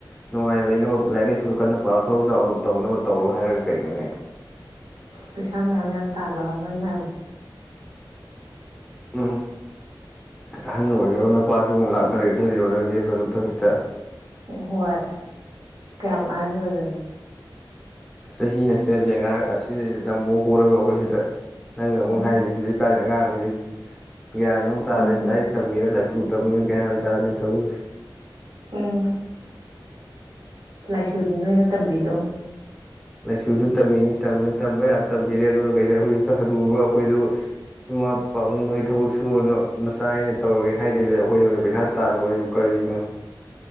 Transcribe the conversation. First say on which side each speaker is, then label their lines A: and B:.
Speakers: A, in the centre; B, on the right.
A: ꯅꯨꯡꯉꯥꯏꯅ ꯂꯩꯅꯕ ꯂꯥꯏꯔꯤꯛ ꯂꯥꯏꯁꯨ ꯀꯟꯅ ꯄꯥꯔꯣ ꯊꯕꯛ ꯆꯥꯎꯅ ꯇꯧꯅꯕ ꯇꯧꯔꯣ ꯍꯥꯏꯔꯒꯥ ꯀꯩꯅꯣꯅꯦ
B: ꯄꯩꯁꯥ ꯃꯌꯥꯝ ꯃꯌꯥꯝ ꯇꯥꯜꯂꯣ ꯍꯥꯢꯕ ꯑꯩꯅ ꯍꯥꯏꯕꯗꯤ
A: ꯎꯝ ꯑꯍꯟ ꯑꯣꯏꯔꯕ ꯅꯥꯄꯥꯁꯤꯃꯨꯛ ꯂꯥꯛꯅꯔꯥꯒꯦ ꯈꯜꯂꯤꯔꯣ ꯅꯪꯁꯦ ꯍꯥꯅꯨꯊꯪꯁꯤꯗ
B: ꯍꯣꯏ ꯀꯌꯥꯝ ꯑꯥꯍꯟ ꯑꯣꯏꯔꯒꯦ
A: ꯆꯍꯤ ꯑꯁꯤꯗ ꯂꯦꯡꯒꯥ ꯑꯁꯤꯗ ꯅꯥꯝꯕꯣ ꯄꯣꯔꯕꯥ ꯑꯩꯈꯣꯏ ꯁꯤꯗ ꯅꯪꯅ ꯑꯃꯨꯛ
B: ꯎꯝ
A: ꯍꯥꯏꯔꯤ ꯍꯧꯖꯤꯛ ꯀꯥꯟꯗꯤ ꯑꯉꯥꯡ ꯑꯣꯏ ꯌꯦ ꯌꯥꯟꯅꯣ ꯇꯥꯗꯔꯦ
B: ꯎꯝ
A: ꯂꯥꯏꯔꯤꯛ ꯇꯝꯃꯤꯔ ꯂꯥꯏꯁꯨ ꯇ ꯀ꯭ꯌꯥꯟ ꯊꯥꯗꯦ ꯇꯧꯔꯤꯁꯦ
B: ꯎꯝ ꯂꯥꯏꯁꯨꯗꯤ ꯅꯣꯏꯅ ꯇꯝꯕꯤꯗꯧꯅꯤ
A: ꯂꯥꯏꯁꯨ ꯇꯝꯃꯤꯅꯤꯝ ꯇꯝꯕ ꯌꯥ ꯇꯝꯕꯤꯔꯦ ꯑꯗꯨꯒ ꯀꯩꯅꯣ ꯍꯧꯖꯤꯛꯇ ꯍꯜꯅꯨꯕ ꯑꯩꯈꯣꯏꯗ ꯏꯃꯥꯄꯥꯕꯨꯡꯛ ꯅꯣꯏ ꯊꯕꯛ ꯁꯨꯔꯅꯨ ꯅꯆꯥ ꯑꯩꯅ ꯇꯧꯔꯒꯦ ꯍꯥꯏꯗꯕꯤꯗ ꯑꯩꯈꯣꯏꯗ ꯑꯣꯏꯅ ꯄꯩꯁꯥ ꯇꯥꯜꯂꯣꯁꯤꯕꯨ ꯀꯔꯤꯅꯣ